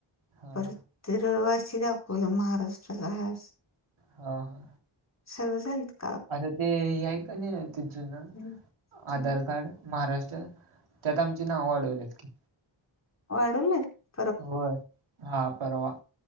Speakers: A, on the right; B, on the left.
A: हां,
B: परत रहिवासी दाखवलं महाराष्ट्राला आहेस.
A: हा हा.
B: सगळी झालतं
A: अरे ते हे हाय क नाय ते जूनं
B: हम्म, हम्म.
A: आधार कार्ड? महाराष्ट्र त्यात आमची नावं वाढवलेत की.
B: वाढवलेतं
A: होय हा परवा.